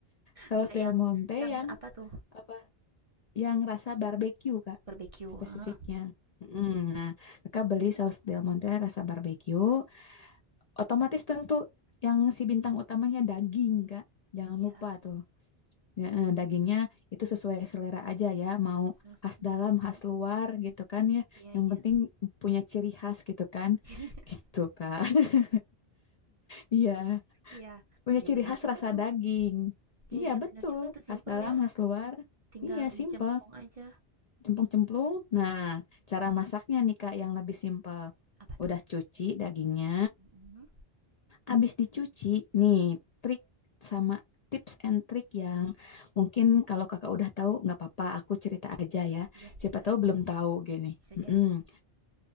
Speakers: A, on the left; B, on the right.
A: Saus
B: ya yang
A: Del Monte
B: yang
A: yang
B: apa tuh?
A: apa? Yang rasa barbecue, Kak.
B: barbecue
A: Spesifiknya.
B: Ah,
A: Mm, Nah, Kakak beli saus Del Monte rasa barbecue, otomatis tentu yang si bintang utamanya daging, Kak. Jangan
B: ya,
A: lupa tuh. Ya, eh, dagingnya itu sesuai selera aja ya, mau
B: that sounds
A: khas
B: basic.
A: dalam, khas
B: Mm,
A: luar gitu kan ya.
B: Iya,
A: Yang
B: iya.
A: penting punya ciri khas gitu kan.
B: <laughs>
A: Gitu kan. <laughs> Iya,
B: Iya.
A: punya
B: Iya
A: ciri
B: benar
A: khas
B: juga
A: rasa
B: tuh.
A: daging.
B: Iya,
A: Iya,
B: iya
A: betul.
B: benar juga tuh
A: Khas
B: simple
A: dalam,
B: ya.
A: khas luar.
B: Tinggal
A: Iya,
B: dicemplung
A: simple.
B: aja.
A: Cemplung-cemplung. Nah, cara masaknya nih Kak yang lebih simple.
B: Apa tuh?
A: Udah cuci dagingnya,
B: Mm-mm.
A: Abis dicuci, nih trik sama tips and trick yang mungkin kalau kakak udah tahu nggak apa-apa, aku cerita aja ya.
B: Iya, cerita.
A: Siapa tahu belum tahu gini.
B: Bisa jadi
A: Mm-mm.